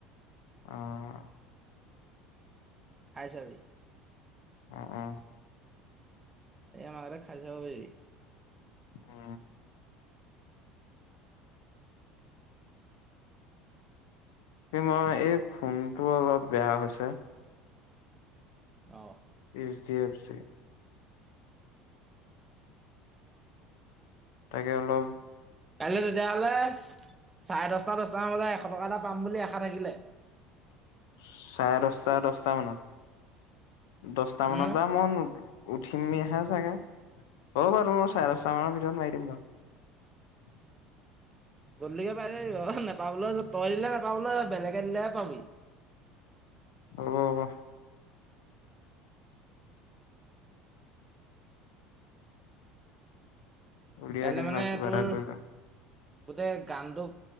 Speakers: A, on the left; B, on the right.
A: অ'
B: খাই চাবি।
A: অ অ
B: এই আমাৰ ঘৰতে খাই চাব পাৰিবি
A: অ এই মই এই ফোনটো অলপ বেয়া হৈছে
B: অ
A: এইচ ডি এফ চি তাকে অলপ
B: কাইলৈ তেতিয়া হ'লে চাৰে দচটা দশটামান বজাত এশ টকা এটা পাম বুলি আশা থাকিলে
A: চাৰে দহটা দহটা মানত দশটা
B: উম
A: মানত বাৰু মই <unintelligible> উঠিম <unintelligible> চাগে হ'ব বাৰু মই চাৰে দহটা মানৰ ভিতৰত মাৰি দিম বাৰু
B: গধূলিকে পাই যাবি বাৰু নাপাবলৈও আছ তই দিলে নেপাবলৈ আছ বেলেগে দিলেহে পাবি
A: হব হব উলিয়াই
B: কাইলৈ
A: দিম
B: মানে
A: আৰু কিবা
B: তোৰ
A: এটা কৰি
B: গোটেই গানটো